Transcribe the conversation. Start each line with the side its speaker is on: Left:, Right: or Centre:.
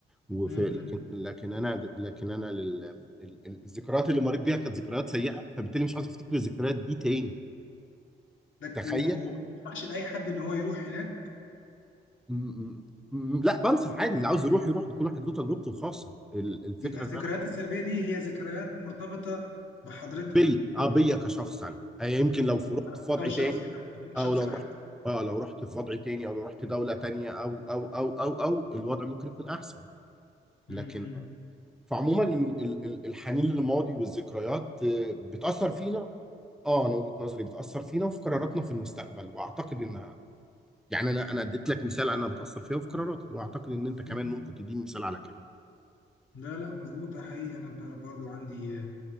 Centre: وفي
Left: م- م.
Centre: لكن لكن انا لكن انا لل... ال- ال- الذكريات اللي مريت بيها كانت ذكريات سيئه فبالتالي مش عاوز افتكر الذكريات دي تاني
Left: لك-
Centre: تخيل
Left: وما وما بنصحش لأي حد إن هو يروح هناك
Centre: م- م- م- لا بنصح عادي اللي عاوز يروح يروح كل واحد له تجربته الخاصه ال- الفكره
Left: يبقى الذكريات السلبية دي هي ذكريات مرتبطة بحضرتك
Centre: بيا اه بيا كشخص انا آه يمكن لو في- رحت
Left: على
Centre: في
Left: المستوى
Centre: وضع
Left: الشخصي
Centre: تاني
Left: بحت مش
Centre: او
Left: شخصي
Centre: لو
Left: بحت
Centre: رحت اه لو رحت في وضع تاني او لو رحت دولة تانية او او او او او الوضع ممكن يكون احسن
Left: مم،
Centre: لكن
Left: مم،
Centre: فعموما ال- ال- ال- الحنين للماضي والذكريات آه، بتأثر فينا اه انا وجهة نظري بتأثر فينا وفي قراراتنا في المستقبل واعتقد انها يعني انا انا اديت لك مثال انا بتأثر فيها وفي قراراتي واعتقد ان انت كمان
Left: مم.
Centre: ممكن تديني مثال على كده
Left: لا لا مظبوط ده حقيقي انا ب- برضو عندي